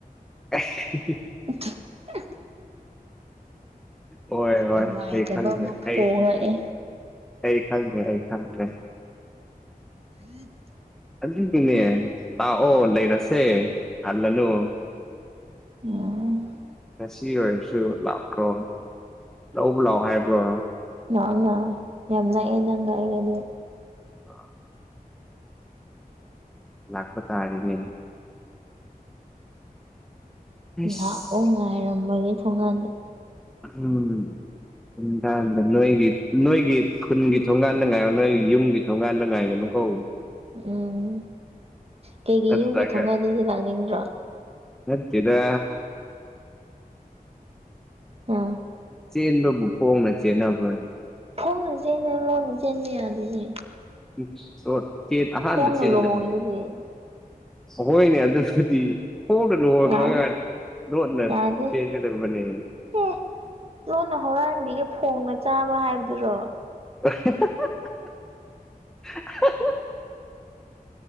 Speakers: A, in the centre; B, on the right.
A: ꯑꯩꯁ ꯍꯤ ꯍꯤ
B: <unintelligible>
A: ꯍꯣꯏ ꯍꯣꯏ
B: ꯅꯨꯡꯉꯥꯏꯇꯕ
A: ꯑꯩ ꯈꯪꯗ꯭ꯔꯦ
B: ꯑꯃ ꯐꯣꯡꯔꯛꯑꯦ
A: ꯑꯩ ꯑꯩ ꯈꯪꯒꯦ ꯑꯩ ꯈꯪꯗ꯭ꯔꯦ
B: <inaudible>
A: ꯑꯗꯨꯗꯨꯅꯦ ꯂꯥꯛꯑꯣ ꯂꯩꯔꯁꯦ ꯍꯜꯂꯅꯨ
B: ꯎꯝ
A: ꯉꯁꯤ ꯑꯣꯏꯔꯁꯨ ꯂꯥꯛꯈ꯭ꯔꯣ ꯂꯧꯕ ꯂꯥꯛꯑꯣ ꯍꯥꯏꯕ꯭ꯔꯣ
B: ꯂꯥꯛꯑꯣ ꯂꯥꯛꯑꯣ ꯌꯥꯝ ꯅꯛꯑꯦ ꯅꯪꯒ ꯑꯩꯏꯒꯗꯤ
A: ꯑꯥ ꯂꯥꯛꯄ ꯇꯔꯤꯅꯦ ꯑꯁ
B: ꯂꯥꯛꯑꯣ ꯉꯥꯏꯔꯝꯕꯒꯤ ꯊꯣꯡꯒꯥꯟꯗ
A: ꯎꯝ ꯅꯨꯡꯗꯥꯡꯗ ꯅꯣꯏꯒꯤ ꯅꯣꯏꯒꯤ ꯈꯨꯟꯒꯤ ꯊꯣꯡꯒꯥꯟꯗ ꯉꯥꯏ ꯅꯣꯏ ꯌꯨꯝꯒꯤ ꯊꯣꯡꯒꯥꯟꯗ ꯉꯥꯏꯒꯅꯨ ꯀꯧ
B: ꯎꯝ ꯀꯩꯒꯤ
A: ꯅꯠꯇ꯭ꯔꯒ
B: ꯌꯨꯝꯒꯤ ꯊꯣꯡꯀꯥꯟꯗꯗꯤ ꯂꯥꯛꯅꯤꯡꯗ꯭ꯔꯣ
A: ꯅꯠꯇꯦꯗ
B: ꯎꯝ
A: ꯆꯦꯟꯕꯕꯨ ꯐꯣꯡꯅ ꯆꯦꯟꯅꯕ꯭ꯔꯣꯅꯤ
B: ꯐꯣꯡꯅ ꯆꯦꯟꯅ ꯂꯣꯟꯅ ꯆꯦꯟꯕ ꯌꯥꯗꯦꯅꯦ
A: <unintelligible> ꯆꯦ ꯑꯍꯥꯟꯕ
B: ꯈꯣꯡꯅ
A: ꯆꯦꯟꯕꯗꯨꯗꯤ
B: ꯂꯨꯍꯣꯡꯉꯤꯗꯨꯗꯤ
A: ꯍꯣꯏꯅꯦ ꯑꯗꯨꯕꯨꯗꯤ ꯐꯣꯡꯅ ꯂꯨꯍꯣꯡꯉꯒ
B: ꯌꯥꯔꯦ
A: ꯂꯣꯠꯅ
B: ꯌꯥꯗꯦ
A: ꯆꯦꯟꯒꯗꯕꯅꯦ
B: ꯑꯦ ꯂꯣꯟꯅ ꯍꯧꯔꯥꯟꯕꯤꯒꯦ ꯐꯣꯡꯅ ꯆꯥꯕ ꯍꯥꯏꯕꯗꯨꯔꯣ
A: ꯑꯍꯥ ꯍꯥ ꯍꯥ ꯍꯥ